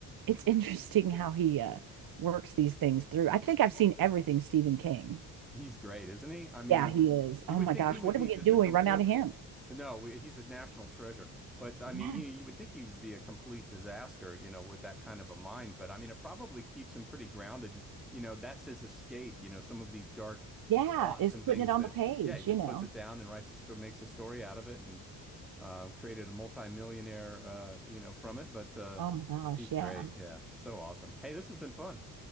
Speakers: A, on the right; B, in the centre.
A: it's <laughs> interesting how he uh works these things through. I think I've seen everything Stephen King.
B: He's great, isn't he? I mean,
A: Yeah, he is.
B: you
A: Oh
B: would
A: my
B: think
A: gosh,
B: he would
A: what
B: be
A: are we gonna
B: just
A: do
B: a
A: when
B: complete,
A: we run out of him?
B: no, we- he's a national treasure. But I mean,
A: Yeah.
B: you know, you would think he would be a complete disaster, you know, with that kind of a mind. But I mean, it probably keeps him pretty grounded. You know, that's his escape, you know, some of these dark
A: Yeah,
B: thoughts
A: is
B: and
A: putting
B: things
A: it on
B: that,
A: the page,
B: yeah, he just
A: you know.
B: puts it down and writes a story, makes a story out of it and uh, created a multimillionaire, uh, you know, from it. But uh,
A: Oh my gosh,
B: he's
A: yeah.
B: great. Yeah. So awesome. Hey, this has been fun.